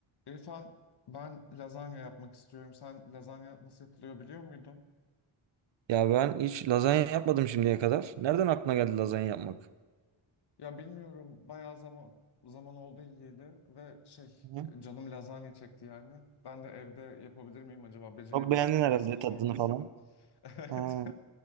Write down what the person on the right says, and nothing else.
Ya ben hiç lazanya yapmadım şimdiye kadar. Nereden aklına geldi lazanya yapmak?
Hı.
Çok beğendin
herhalde
tadını
falan.
Ha.